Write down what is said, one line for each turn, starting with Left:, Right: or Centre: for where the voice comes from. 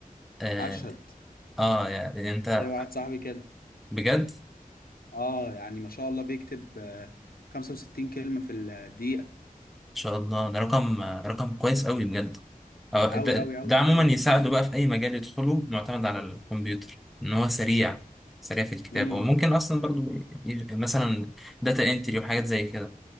Centre: اه,
Left: اشهد
Centre: آه يعني انت
Left: زي واحد صاحبي كده
Centre: بجد
Left: اه يعني ما شاء الله بيكتب آه، 65 كلمة في الدقيقة
Centre: شاء الله ده رقم رقم كويس قوي بجد أه،
Left: أوي
Centre: ده,
Left: أوي أوي
Centre: ده عموما
Left: أوي يعني
Centre: يساعده بقى في اي مجال يدخله معتمد على الكمبيوتر ان هو سريع سريع في الكتابه
Left: امم
Centre: وممكن اصلا برضو ي- مثلا داتا انتري وحاجات زي كده